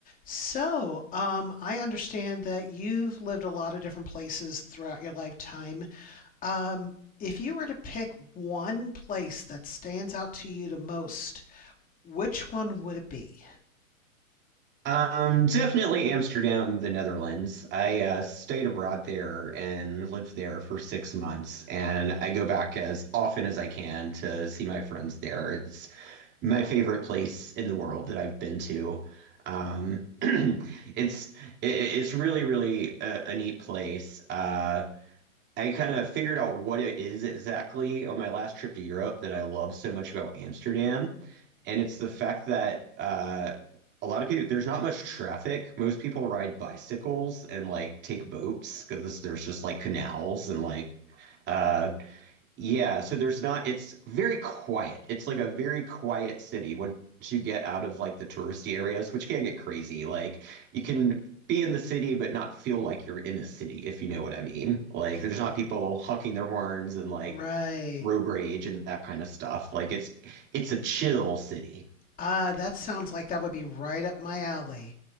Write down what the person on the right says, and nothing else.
Um, definitely Amsterdam, the Netherlands. I uh, stayed abroad there and lived there for six months, and I go back as often as I can to see my friends there. It's my favorite place in the world that I've been to. Um, <clears throat> it's it, it's really, really a, a neat place. Uh, I kind of figured out what it is exactly on my last trip to Europe that I love so much about Amsterdam. And it's the fact that uh, a lot of people, there's not much traffic. Most people ride bicycles and like take boats because there's just like canals and like uh, yeah, so there's not, it's very quiet. It's like a very quiet city once you get out of like the touristy areas, which can get crazy. Like you can be in the city but not feel like you're in a city, if you know what I mean. Like
there's not people honking their horns and like
road rage and that kind of stuff. Like it's it's a chill city.